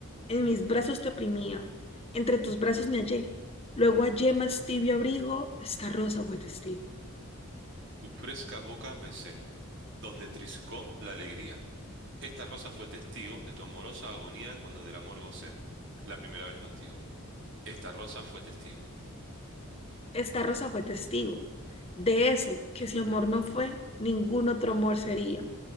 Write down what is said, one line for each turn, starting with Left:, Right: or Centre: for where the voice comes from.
Left: En mis brazos te oprimía. Entre tus brazos me hallé. Luego hallé más tibio abrigo. Esta rosa fue testigo.
Right: Tu fresca boca besé, donde triscó la alegría. Esta rosa fue testigo de tu amorosa agonía cuando del amor gocé, la primera vez contigo. Esta rosa fue testigo.
Left: Esta rosa fue testigo de ese que si amor no fue, ningún otro amor sería.